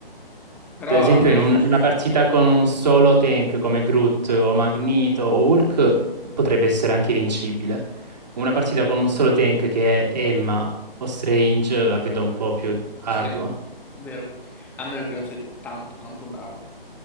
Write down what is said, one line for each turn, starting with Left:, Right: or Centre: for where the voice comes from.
Centre: Però
Right: Per esempio,
Centre: onesto
Right: in un-
Centre: ci
Right: una
Centre: sta.
Right: partita con un solo tank come Groot o Magneto o Hulk potrebbe essere anche vincibile. Una partita con un solo tank che è Emma o Strange la vedo un po' più ardua.
Centre: Sì, vero. A meno che non sei tanto tanto bravo.